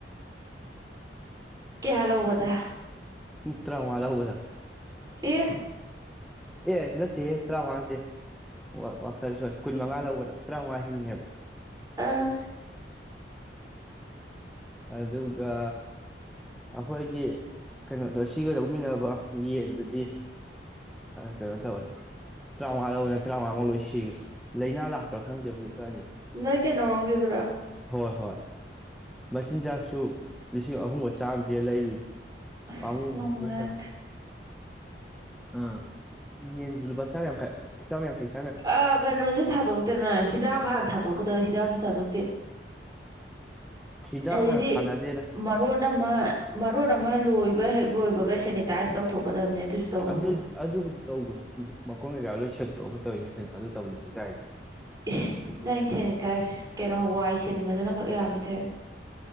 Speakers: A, on the right; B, in the centre.
A: ꯀꯌꯥꯂꯧꯕꯗ
B: ꯎ ꯇ꯭ꯔꯃꯂꯍꯕꯂ
A: ꯑꯦ
B: ꯑꯦ ꯅ ꯑꯦ ꯇ꯭ꯔꯥ ꯋꯥꯇꯦ ꯋꯥꯈꯜ ꯁꯣꯏ ꯀꯨꯟ ꯃꯉꯥ ꯂꯧꯕꯗꯥ ꯇꯔꯥꯃꯉꯥ ꯍꯤꯡꯉꯦꯕ
A: ꯑꯥ
B: ꯑꯗꯨꯒ ꯑꯩꯈꯣꯏꯒꯤ ꯀꯩꯅꯣꯗꯣ ꯁꯤꯒ ꯂꯧꯃꯤꯟꯅꯕ ꯌꯦꯟꯗꯨꯗꯤ ꯀꯩꯅꯣ ꯇꯧꯅꯤ ꯇꯔꯥꯃꯉꯥ ꯂꯧ ꯑꯣꯏꯅꯅ ꯇꯔꯥꯃꯉꯥꯃ ꯂꯣꯏ ꯁꯤꯈ꯭ꯔꯦ ꯂꯥꯏꯅꯥ ꯂꯥꯛꯄ꯭ꯔꯥ ꯈꯪꯗꯦꯕ ꯍꯧꯖꯤꯛ ꯀꯥꯟꯗꯤ
A: ꯅꯣꯏ ꯀꯌꯥꯩꯅꯔꯣꯡꯒꯦꯗꯨꯔꯥ
B: ꯍꯣꯏ ꯍꯣꯏ ꯃꯆꯤꯟꯖꯥꯛꯁꯨ ꯂꯤꯁꯤꯡ ꯑꯍꯨꯝꯒ ꯆꯥꯝꯃ ꯄꯤꯔ ꯂꯩꯔꯨ
A: ꯑꯁ
B: ꯄꯉꯨꯁꯦ
A: ꯅꯨꯡꯉꯥꯏꯇꯦ
B: ꯑ ꯌꯦ ꯏꯂ ꯀ <unintelligible>
A: ꯑ ꯀꯩꯅꯣꯁꯨꯦ ꯊꯥꯗꯣꯛꯇꯅ ꯍꯤꯗꯥꯛ ꯀꯥꯟꯅ ꯊꯥꯗꯣꯛꯀꯗꯧ ꯎꯁꯤ ꯊꯥꯗꯣꯛꯇꯦ
B: ꯍꯤꯗꯥꯛ
A: ꯑꯗꯨꯩꯗꯤ
B: ꯍꯥꯟꯅ ꯊꯥꯅꯗꯦꯗ
A: ꯃꯔꯣꯟ ꯑꯃ ꯃꯔꯣꯟ ꯑꯃ ꯂꯣꯏꯕ ꯍꯦꯛ ꯂꯣꯏꯕꯒ ꯁꯦꯅꯤꯇꯥꯏꯁ ꯇꯧꯊꯣꯛꯀꯗꯕꯅꯦ ꯑꯗꯨꯁꯨ ꯇꯧꯔꯝꯃꯣꯏ
B: ꯑꯗꯨ ꯑꯗꯨꯕꯨꯗꯤ ꯇꯧꯕꯅꯤ ꯃꯈꯣꯡꯅ ꯌꯥ ꯂꯣꯏ ꯁꯦꯛꯇꯣꯛꯑꯒ ꯇꯧꯔꯤꯅꯤ ꯀꯩꯅꯣ ꯑꯗꯨ ꯇꯧꯕꯅꯗꯤ ꯀꯥꯏꯔꯗꯤ
A: ꯏꯁ ꯅꯪ ꯁꯦꯅꯤꯇꯥꯏꯁ ꯀꯩꯅꯣ ꯋꯥꯏ ꯁꯤꯟꯕꯗꯨꯅ ꯈꯛ ꯌꯥꯕ ꯇ